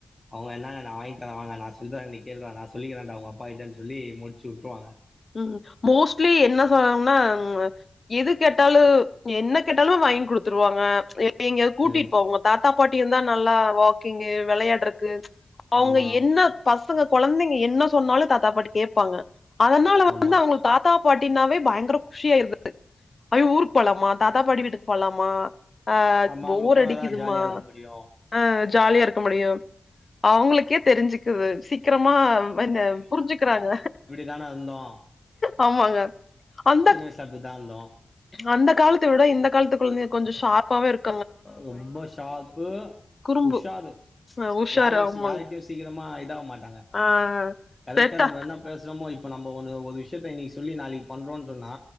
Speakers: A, on the left; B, on the left.
A: அவங்க என்னங்க நா வாங்கி தர வாங்க நா சொல்ற நீ கேள்ட்ரா நா சொல்லிக்கிறடா உங்க அப்பாகிட்டன் சொல்லி முடிச்சுட்ருவாங்க
B: ம் மோஸ்ட்லி என்ன சொனாங்கன்னா ஆ எது கேட்டாலு என்ன கேட்டாலு வாங்கி குடுத்துருவாங்க ஏ எங்யா கூட்டிட்டு
A: ம்
B: போ உங்க தாத்தா பாட்டிய இருந்தா நல்லா வாக்கிங்கு வெளயாடுறக்கு அவங்க
A: ஆமா
B: என்ன பசங்க கொழந்தைங்க என்ன சொன்னாலு தாத்தா பாட்டி கேப்பாங்க அதனால
A: ஆமா
B: வந்து அவங்க தாத்தா பாட்டினாவே பயங்கர குஷியாயிருது அவிய் ஊருக்கு போலாமா தாத்தா பாட்டி வீட்டுக்கு போலாமா ஆ
A: ஆமா
B: போர்
A: அங்க போனாதா
B: அடிக்குதுமா
A: ஜாலியா இருக்க முடியு
B: ஆ ஜாலியா இருக்க முடியு அவங்களுக்கே தெரிஞ்சுக்குது சீக்கரமா வந்த புரிஞ்சுக்கிறாங்க
A: நானா வந்தோ
B: ஆமாங்க அந்த
A: வயசுல அப்டிதா இருந்தோ
B: அந்த காலத்த விட இந்த காலத்து குழந்தைங்க கொஞ்சோ ஷார்பாவே இருக்
A: ரொம்ப ஷார்ப்பு
B: குறும்பு
A: உஷாரு
B: அ உஷாரு
A: யாரு
B: ஆமாங்க
A: சீ யார்கிட்டயு சீக்கிரமா இதாவ மாட்டாங்க
B: ஆ
A: கரெக்டா
B: செட்டா
A: நம்ம என்ன பேசுறோமோ இப்ப நம்ம ஒன்னு ஒரு விஷயத்த இன்னிக்கி சொல்லி நாளைக்கு பண்றோன் சொன்னா